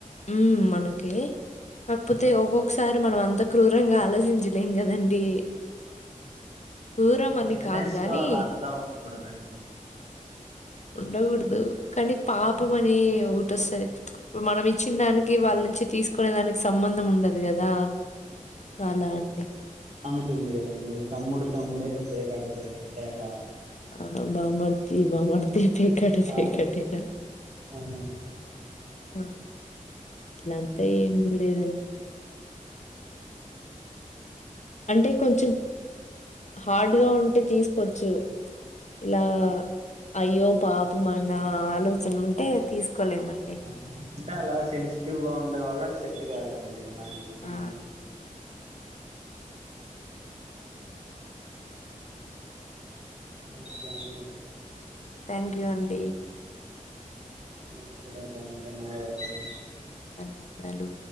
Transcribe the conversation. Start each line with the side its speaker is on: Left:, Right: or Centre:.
Left: ఊ మనకే కాక్పోతే
Right: అలా అంటే
Left: ఒగొగ్ స్ సార్ మన మంత క్రూరంగా ఆలోచించలేం గదండి ఊరమని
Right: బిజినెస్
Left: కాదు గాని
Right: లో అలా అంతా ఉండకూడదండి
Left: ఉండగూడ్దు కానీ పాపం అనే ఒగుటొస్తది ఇప్పుడు మనమి చ్చిన్ దానికి వాళ్ళ్ నుంచి తీస్కునే దానిక్ సంబంధం ఉండదు గదా అలా అంటే
Right: తామెతుంది గదా అండి తమ్ముడు తమ్ముడే పేకాట పేకాటె అలా
Left: ఆ బమార్త బమార్తే పేకాట పేకాటేనా
Right: ఆ అవును
Left: ఆ ట్లంతా ఏం లేదన్ అంటే కొంచిం హార్డ్ గా ఉంటే తీస్కోచ్చు ఇలా అయ్యో పాప మనా ఆలోచనుంటే తీస్కోలేమండి
Right: ఆ వుంటే అలా సెన్సిటివ్ గా ఉండే వాళ్ళగ్ సెట్టు గాదండి అలాంటే బిజినె
Left: ఆ!
Right: ఓకే అండి
Left: థ్యాంక్ యూ అండి
Right: మీక్కుడ దన్య <unintelligible>
Left: ధన్యవదలు